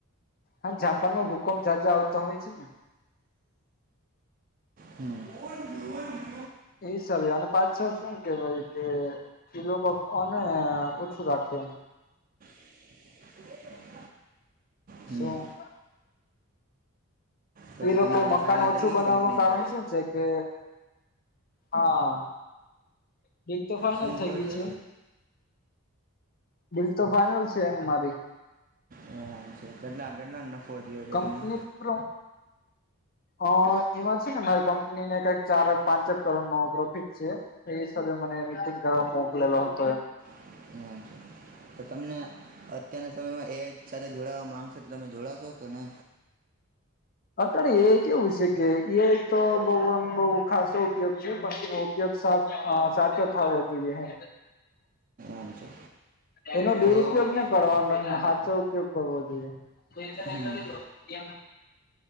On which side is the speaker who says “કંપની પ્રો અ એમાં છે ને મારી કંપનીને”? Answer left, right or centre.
Left